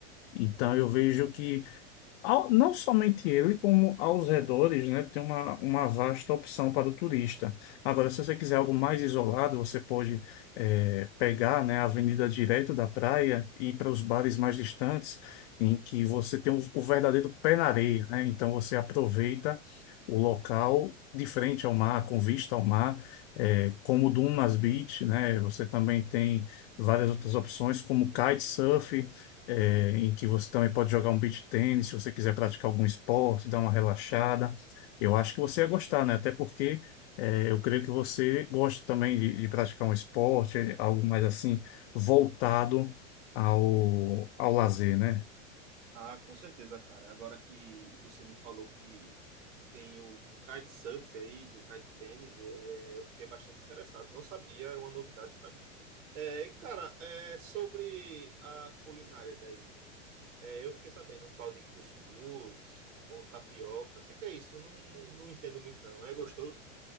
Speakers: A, on the left; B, on the right.
A: Então
B: Sim,
A: eu vejo que ao- não somente ele, como aos redores, né, tem uma, uma vasta opção para o turista. Agora, se você quiser algo mais isolado, você pode eh, pegar, né, a avenida direto da praia e ir para os bares mais distantes, em que
B: sim,
A: você tem o, o verdadeiro pé
B: sim.
A: na areia, né? Então, você aproveita o local de frente ao mar, com vista ao mar, eh, como o Dunas Beach, né? Você também tem várias outras opções, como kitesurf, é, em que você também pode jogar um beach tênis, se você quiser praticar algum esporte, dar uma relaxada. Eu acho que você ia gostar, né? Até porque é, eu creio que você gosta também de, de praticar um esporte, é, algo mais assim, voltado ao, ao lazer, né?
B: Ah, com certeza, cara. Agora que você me falou que tem o kitesurf aí, do kite tênis, é, eu fiquei bastante interessado. Não sabia, é uma novidade para mim. É, cara, é, sobre a culinária daí, é, eu fiquei sabendo um tal de cuscuz ou tapioca. O que, que é isso? Eu não, não entendo muito, não. É gostoso?